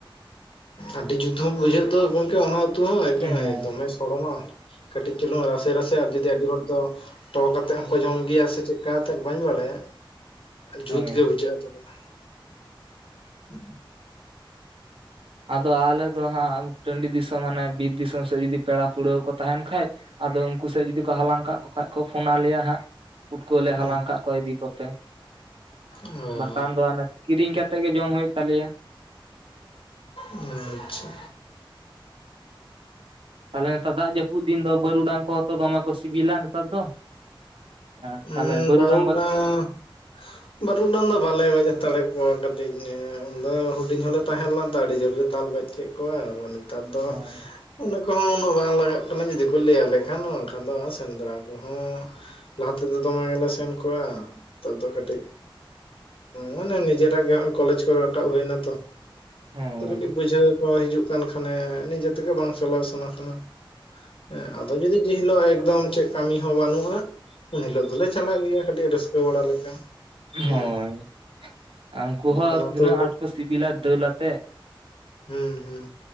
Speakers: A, on the left; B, on the right.
A: ᱟᱹᱰᱤ ᱡᱩᱛ ᱦᱚ ᱵᱩᱡᱷᱟᱹᱜ ᱫᱚ ᱜᱚᱝ ᱠᱮ ᱚᱱᱟ ᱩᱛᱩ ᱦᱚᱸ ᱮᱠᱚᱢ
B: ᱦᱩᱸ
A: ᱫᱚᱢᱮ ᱥᱚᱲᱚᱢᱟ ᱠᱟᱹᱴᱤᱡ ᱪᱩᱞᱩᱝ ᱨᱟᱥᱮ ᱨᱟᱥᱮ ᱟᱨ ᱡᱩᱫᱤ ᱟᱹᱰᱤ ᱦᱚᱲ ᱫᱚ, ᱛᱚ ᱠᱟᱛᱮᱜ ᱦᱚᱸᱠᱚ ᱡᱚᱢ ᱜᱮᱭᱟ ᱥᱮ ᱪᱮᱫᱠᱟᱛᱮᱫ ᱵᱟᱹᱧ ᱵᱟᱲᱟᱭᱟ ᱡᱩᱛ
B: ᱦᱳᱭ
A: ᱜᱮ ᱵᱩᱡᱷᱟᱹᱜᱼᱟ ᱛᱚᱵᱮ ᱠᱷᱟᱱ, ᱦᱩᱸ
B: ᱟᱫᱚ ᱟᱞᱮ, ᱫᱚ ᱦᱟᱸᱜ ᱴᱟᱺᱰᱤ ᱫᱤᱥᱚᱢ ᱦᱟᱱᱮ ᱵᱤᱨ ᱫᱤᱥᱚᱢ ᱥᱮᱫ ᱡᱩᱫᱤ ᱯᱮᱲᱟ ᱯᱟᱹᱲᱦᱮᱣ ᱠᱚ ᱛᱟᱦᱮᱱ ᱠᱷᱟᱡ ᱟᱫᱚ, ᱩᱱᱠᱩ ᱥᱮᱫ ᱡᱩᱫᱤ ᱠᱚ ᱦᱟᱞᱟᱝ ᱠᱟᱜ ᱠᱚ ᱠᱷᱟᱱ ᱠᱚ ᱯᱷᱳᱱᱟ ᱟᱞᱮᱭᱟ ᱦᱟᱸᱜ ᱯᱩᱴᱠᱟᱹᱣᱟᱞᱮ
A: ᱦᱩᱸ
B: ᱦᱟᱞᱟᱝ ᱠᱟᱜ ᱠᱚᱣᱟ ᱤᱫᱤ ᱠᱚᱯᱮ,
A: ᱚ
B: ᱵᱟᱠᱷᱟᱱ ᱫᱚ ᱦᱟᱱᱮ ᱠᱤᱨᱤᱧ ᱠᱟᱛᱮ ᱜᱮ ᱡᱚᱢ ᱦᱩᱭᱩᱜ ᱛᱟᱞᱮᱭᱟ ᱾
A: ᱟᱪᱷᱟ
B: ᱛᱟᱦᱚᱞᱮ ᱱᱮᱛᱟᱨ ᱫᱟᱜ ᱡᱟᱹᱯᱩᱫ ᱫᱤᱱ ᱫᱚ ᱵᱟᱹᱨᱩᱰᱟᱝ ᱠᱚᱦᱚᱸ ᱫᱚᱢᱮ ᱠᱚ ᱥᱤᱵᱤᱞᱟ ᱱᱮᱛᱟᱨ ᱫᱚ, ᱦᱮᱸ
A: ᱩᱸ
B: ᱛᱟᱦᱚᱞᱮ ᱵᱟᱹᱨᱩᱰᱟᱝ
A: ᱵᱟᱨᱩᱰᱟᱝ,
B: ᱜᱚᱡ
A: ᱵᱟᱹᱨᱩᱰᱟᱝ ᱫᱚ ᱵᱟᱞᱮ ᱜᱚᱡ ᱦᱟᱛᱟᱲᱮᱫ ᱠᱚᱣᱟ ᱠᱟᱹᱴᱤᱡ ᱫᱚ ᱦᱩᱰᱤᱧ ᱦᱚᱸᱞᱮ ᱛᱟᱦᱮᱸ ᱞᱮᱱᱟ, ᱟᱹᱰᱤ ᱡᱳᱨᱮ ᱞᱮ ᱫᱟᱞ ᱜᱚᱡ ᱠᱮᱫ ᱠᱚᱣᱟ ᱱᱚᱜᱼᱚ ᱱᱮᱛᱟᱨ ᱫᱚ,
B: ᱦᱮᱸ
A: ᱚᱱᱟ ᱠᱚᱦᱚᱸ ᱩᱱᱟᱹᱜ ᱵᱟᱝ ᱞᱟᱜᱟᱜ ᱠᱟᱱᱟ ᱡᱩᱫᱤ ᱠᱚ ᱞᱟᱹᱭᱟᱞᱮ ᱠᱷᱟᱱ ᱵᱟᱝᱠᱷᱟᱱ ᱫᱚ ᱥᱮᱸᱫᱽᱨᱟ ᱠᱚᱦᱚᱸ, ᱞᱟᱦᱟ ᱛᱮᱫᱚ ᱫᱚᱢᱮ ᱜᱮᱞᱮ ᱥᱮᱱ ᱠᱚᱜᱣᱟ ᱱᱮᱛᱟᱨ ᱫᱚ ᱠᱟᱹᱴᱤᱡ, ᱢᱟᱱᱮ ᱱᱤᱡᱮᱨᱟᱜ ᱜᱮ ᱱᱚᱜᱚᱭ ᱠᱚᱞᱮᱡᱽ ᱠᱚᱨᱮ ᱨᱟᱠᱟᱵ ᱦᱩᱭ ᱱᱟ ᱛᱚ
B: ᱦᱳᱭ
A: ᱠᱟᱹᱴᱤᱡ ᱵᱩᱡᱷᱟᱹᱣ ᱠᱚ ᱦᱤᱡᱩᱜ ᱠᱟᱱ ᱠᱷᱟᱱᱮ ᱱᱤᱡᱮ ᱛᱮᱜᱮ ᱵᱟᱝ ᱪᱟᱞᱟᱣ ᱥᱟᱱᱟ ᱠᱟᱱᱟ ᱦᱮᱸ ᱟᱫᱚ ᱡᱩᱫᱤ ᱡᱮᱦᱤᱞᱳᱜ ᱮᱠᱫᱚᱢ ᱪᱮᱫ ᱠᱟᱹᱢᱤ ᱦᱚᱸ ᱵᱟᱹᱱᱩᱜᱼᱟ ᱩᱱ ᱦᱤᱞᱳᱜ ᱫᱚᱞᱮ ᱪᱟᱞᱟᱜ ᱜᱮᱭᱟ ᱠᱟᱹᱴᱤᱡ ᱨᱟᱹᱥᱠᱟᱹ ᱵᱟᱲᱟ ᱞᱮᱠᱟ ᱦᱩᱸ
B: ᱦᱳᱭ ᱩᱱᱠᱩ
A: ᱵᱟᱠᱷᱟᱱ
B: ᱦᱚᱸ
A: ᱟᱛᱳ
B: ᱛᱤᱱᱟᱹᱜ ᱟᱴ ᱠᱚ ᱥᱤᱵᱤᱞᱟ ᱫᱟᱹᱞᱟᱛᱮ
A: ᱦᱩᱸ ᱦᱩᱸ